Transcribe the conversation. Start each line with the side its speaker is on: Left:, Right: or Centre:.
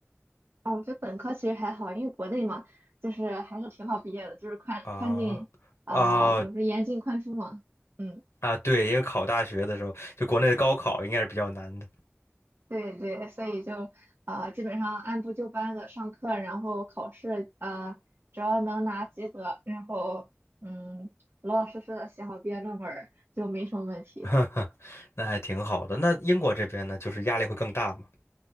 Right: 啊，我觉得本科其实还好，因为国内嘛，就是还是挺好毕业的，就是宽宽进啊、
Left: 啊啊
Right: 怎么说严进宽出嘛。嗯。
Left: 啊，对，因为考大学的时候，就国内的高考应该是比较难的。
Right: 对对，所以就啊，基本上按部就班的上课，然后考试，呃，只要能拿及格，然后嗯，老老实实的写好毕业论文儿就没什么问题。
Left: <laughs> 哈哈，那还挺好的。那英国这边呢，就是压力会更大嘛？